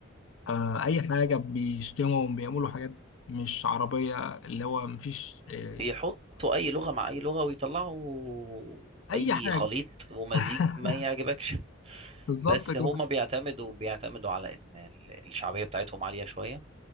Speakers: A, on the left; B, on the right.
A: آه، أي حاجة بيشتموا بيعملوا حاجات مش عربية اللي هو مفيش آه،
B: فبيحطوا أي لغة مع أي لغة ويطلعوا
A: أي
B: أي
A: حاجة
B: خليط ومزيج
A: <laughs>
B: ما يعجبكش
A: بالظبط
B: بس
A: كده
B: هما بيعتمدوا بيعتمدوا على ان ال- الشعبيه بتاعتهم عاليه شويه